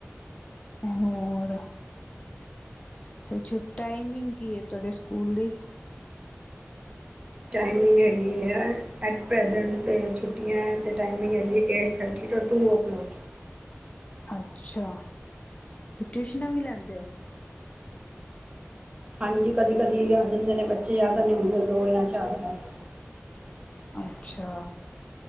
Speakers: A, on the left; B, on the right.
A: ਹੋਰ ਤੇ ਟਾਈਮਿੰਗ ਕੀ ਏ ਤੁਹਾਡੇ ਸਕੂਲ ਦੀ
B: ਟਾਈਮਿੰਗ ਹੈਗੀ ਏ ਐਟ ਪ੍ਰੈਜੈਂਟ ਤੇ ਛੁੱਟੀਆਂ ਤੇ ਟਾਈਮਿੰਗ ਹੈਗੀ eight thirty to two o'clock
A: ਅੱਛਾ ਤੇ ਟਿਊਸ਼ਨਾਂ ਵੀ ਲੈਂਦੇ ੳ
B: ਹਾਂਜੀ ਕਦੀ ਕਦੀ ਆ ਜਾਂਦੇ ਨੇ ਬੱਚੇ ਜਿਆਦਾ ਨਹੀਂ ਹੁੰਦੇ ਦੋ ਜਾਂ ਚਾਰ ਬਸ
A: ਅੱਛਾ,